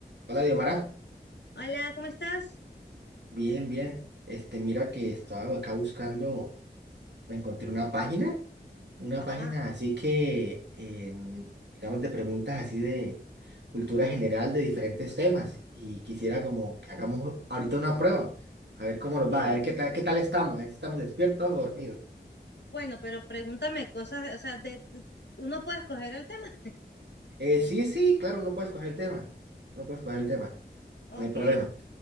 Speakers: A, on the right; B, on the left.
A: Hola, Diomara.
B: Hola, ¿cómo estás?
A: Bien, bien. Este, mira que estaba acá buscando, me encontré una página, una
B: Ajá.
A: página así que, em, digamos, de preguntas así de cultura general de diferentes temas. Y quisiera como que hagamos ahorita una prueba, a ver cómo nos
B: Eh,
A: va, a ver qué tal, qué tal estamos, a ver si estamos despiertos o dormidos.
B: bueno, pero pregúntame cosas, o sea, de, de- uno puede escoger el tema. <laughs>
A: Eh, sí, sí, claro, no puedes coger el tema, no puedes coger el tema,
B: Ok.
A: no hay problema.